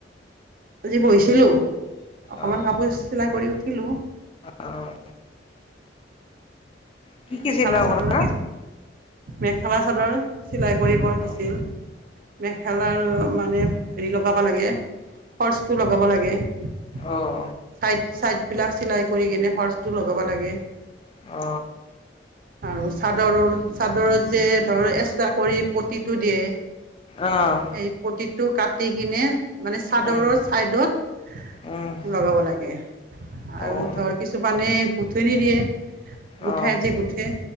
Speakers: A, on the right (about 50°); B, on the left (about 30°).
A: আজি বহিছিলোঁ অকণমান
B: অহ
A: কাপোৰ চিলাই কৰি উঠিলো।
B: অহ কি
A: এই
B: কি
A: মেখেলা
B: চিলোৱা
A: চাদৰ,
B: কৰা
A: মেখেলা চাদৰ চিলাই কৰিব
B: অহ
A: দিছিল। মেখেলা মানে হেৰি লগাব লাগে। শৰচটো লগাব লাগে চাইড
B: অহ
A: চাইড বিলাক চিলাই, কৰি কিনে হৰৰ্চটো লগাব লাগে।
B: অ।
A: আৰু চাদৰৰ চাদৰ যে ধৰ এক্সট্ৰা কৰি পটিটো দিয়ে,
B: অহ
A: এই প্ৰতিত টো কাটি কিনে? মানে চাদৰৰ
B: উম
A: ছাইডত
B: উম
A: লগাব লাগে, আৰু
B: অহ
A: ধৰ কিছুমানে গুঠনি দিয়ে, গোঠাই।
B: অহ
A: যি গুঠে